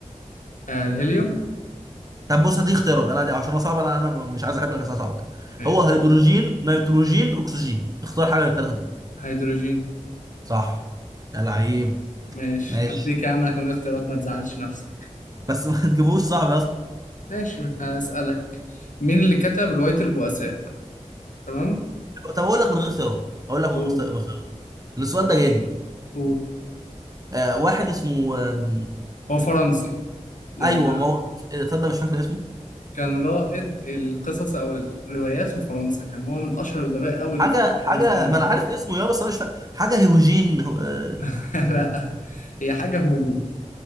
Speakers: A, on the left (about 80°); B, on the right (about 30°).
A: آه الهيليوم
B: طب بص هدي اختيارات انا دي عشان انا صعب انا انا مش عايز احب الاسئله صعبه كده
A: ماشي
B: هو هيدروجين نيتروجين اكسجين اختار حاجه من الثلاثه دول
A: هيدروجين
B: صح يا لعيب
A: ماشي
B: ماشي
A: هديك يا عم أنا كمان اختيارات ما تزعلش نفسك
B: بس <laughs> ما تجيبوش صعب يا اسطى
A: ماشي هسألك مين اللي كتب رواية البؤساء تمام
B: طب اقول لك من غير اختيارات اقول لك من
A: و...
B: غير اختيار- من اختيارات السؤال ده جالي
A: و...
B: آه واحد اسمه آم،
A: هو فرنسي يلا
B: ايوه ما هو آه، تصدق مش فاكر اسمه
A: كان رائد القصص أو الروايات في فرنسا كان هو من أشهر الأدباء أوي اللي
B: حاجه
A: في الفرنسيين
B: حاجه ما انا عارف اسمه يا بس انا مش فاكر حاجه هيوجين هو- آه،
A: <laughs> لا هي حاجة هوجو